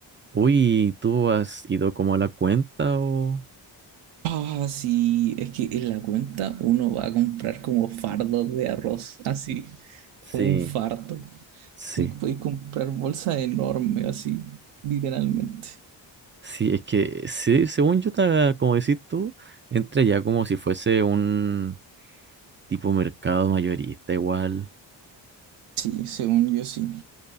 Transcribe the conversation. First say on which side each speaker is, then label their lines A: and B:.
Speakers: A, on the right (about 25°); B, on the right (about 85°).
A: uy, ¿tú has ido como a la cuenta o...?
B: Ah, sí, es que en la cuenta uno va a comprar como fardos de arroz, así,
A: Sí,
B: como un fardo.
A: sí,
B: Así que podéis comprar bolsa enorme, así, literalmente.
A: sí, es que sí, según yo, ta- como decís tú, entra ya como si fuese un tipo mercado mayorista igual.
B: Sí, según yo sí.